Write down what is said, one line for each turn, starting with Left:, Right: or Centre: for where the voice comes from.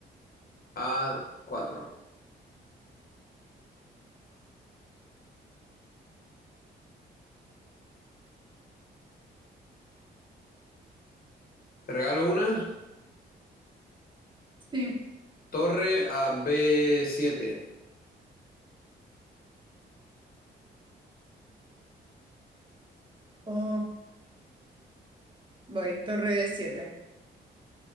Left: a cuatro, Te regalo una.
Right: Sí.
Left: Torre a b siete,
Right: Oh, voy. Torre d siete.